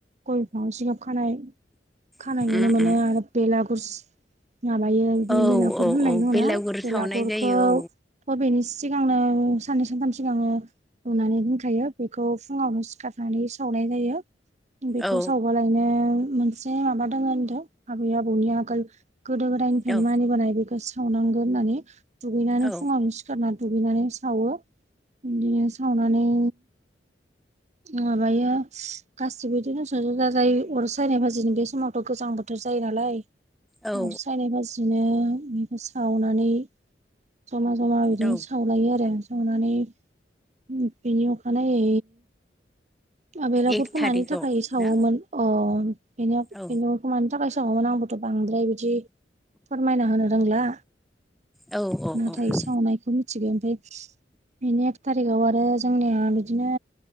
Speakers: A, on the right (about 40°); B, in the centre.
A: गय बिफाङाव जिगाब खानाय खानाय
B: उम
A: नुनो मोनो
B: उम
A: आरो बेलागुर माबायो बिदिनो
B: औ
A: बेलागुर
B: औ
A: होननाय
B: औ
A: दङ
B: बेलागुर
A: ना बेलागुरखौ
B: सावनाय जायो
A: थ'
B: औ
A: बेनि सिगांनो साननै सानथाम सिगांनो लुनानै दोनखायो बेखौ फुङावनो सिखारनानै सावनाय जायो। बेखौ
B: औ
A: सावबालायनो मोनसे माबा दङ होनदों आबै आबौनि आगोल गोदो गोदाय निफ्रायनो
B: औ
A: मानिबोनाय बेखौ सावनांगोन होननानै दुगैनानै
B: औ
A: फुङाव खारना दुगैनानै सावो बिदिनो सावनानै माबायो गासिबो इदिनो ज'ज'जा-जाय अर सायनाय बाजिनो बे समावथ' गोजां बोथोर जायो नालाय।
B: औ
A: अर सायनाय बाजिनो बेखौ सावनानै जमा जमा बिदिनो
B: औ
A: सावलायो आरो। सावनानै बेनि अखानायै। ओ बेलागुरफोरखौ
B: एक थारिखआव
A: मानि थाखाय सावोमोन
B: ना
A: अ बेनि
B: औ
A: मानि थाखाय सावामोन आंबोथ' बांद्राय बिदि फोरमायना होनो रोंला।
B: औ औ
A: नाथाय
B: औ औ
A: सावनायखो मि मिथिगो ओमफाय बेनि एक थारिगाव आरो जोंनिया बिदिनो